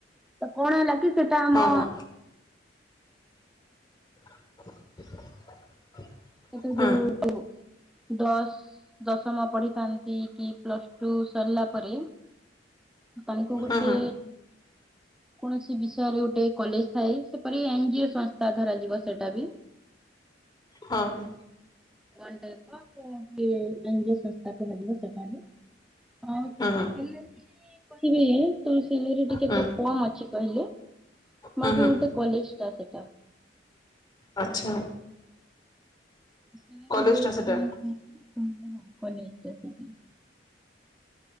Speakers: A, in the centre; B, on the left.
A: ତ କଣ ହେଲା କି ସେଟା ଆମ
B: ହଁ <unintelligible>
A: ସେ ତ ଯୋଉ
B: ହଁ
A: ଦଶ ଦଶମ ପଢିଥାନ୍ତି କି ପ୍ଲସଟୁ ସରିଲା ପରେ ତାଙ୍କୁ ଗୁଟେ
B: ହଁ ହଁ ହଁ
A: କୌଣସି ବିଷୟରେ ଗୋଟେ କଲେଜ ଥାଏ ସେପରି ଏନଜିଓ ସଂସ୍ଥା ଧରାଯିବ ସେଟା ବି
B: ହଁ ହ
A: ୱାନ ଟାଇପ୍ ଓଫ ଏନଜୀଓ ସଂସ୍ଥା କୁହାଯିବ ସେଟାବି ଆଉ କିଛି
B: ହଁ ହଁ ହଁ
A: ହେଲେ ବି କହିବି ତୁ ସିଲ ଟିକେ
B: ହଁ
A: ତ କଣ ଅଛି କହିଲେ
B: ହଁ
A: ବାକି
B: ହଁ
A: ଗୋଟେ କଲେଜ ଟା ସେଟା
B: ଆଚ୍ଛା
A: ସେ
B: କଲେଜଟା
A: ବି ବହୁତ
B: ସେଟା।
A: <unintelligible> ସନ୍ଦେହ କଲେଜ ଟା ସେଇଟା